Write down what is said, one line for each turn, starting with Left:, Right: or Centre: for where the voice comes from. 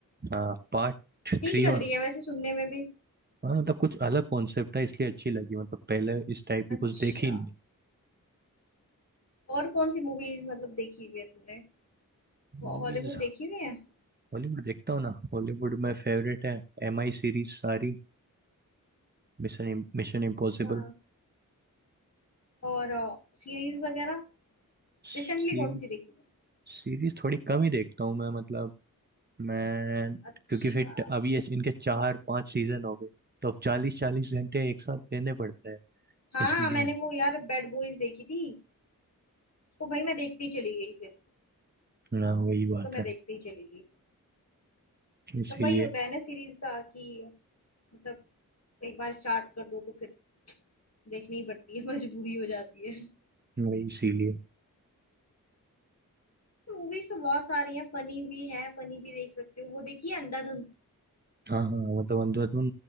Right: हाँ पार्ट
Left: ठीक
Right: थ्री और
Left: लग रही है वैसे सुनने में भी
Right: हाँ मतलब कुछ अलग कॉन्सेप्ट है इसलिए अच्छी लगी मतलब पहले इस टाइप की
Left: अच्छा
Right: कुछ देखी नहीं
Left: और कौन सी मूवीज मतलब देखी हुई है तुमने
Right: मूवीज
Left: हॉलीवुड देखी हुई है
Right: हॉलीवुड देखता हूँ ना हॉलीवुड में फेवरेट है एम आई सीरीज सारी Mission mission impossible
Left: अच्छा और सीरीज वगैरह
Right: Series
Left: रिसेंटली कौन सी देखी थी
Right: Series थोड़ी कम ही देखता हूँ मैं मतलब मैं
Left: अच्छा
Right: क्योंकि फिर ट- अभी इस- इनके चार पांच सीजन हो गए तो अब चालीस चालीस घंटे एक साथ देने पड़ते हैं
Left: हाँ
Right: इसलिए
Left: मैंने वो यार बैड बॉयज देखी थी उसको भाई मैं देखती चली गई फिर
Right: ना वही बात
Left: उसको तो मैं
Right: है
Left: देखती ही चली गई
Right: इसीलिए
Left: मतलब वही होता है ना सीरीज का कि मतलब एक बार स्टार्ट कर दो तो फिर देखनी ही पड़ती है <laughs> मजबूरी हो जाती है
Right: वही इसीलिए
Left: मूवीज तो बहुत सारी हैं फनी भी है फनी भी देख सकते हो वो देखिए अंधाधुन
Right: हाँ हाँ मतलब अंदर तुम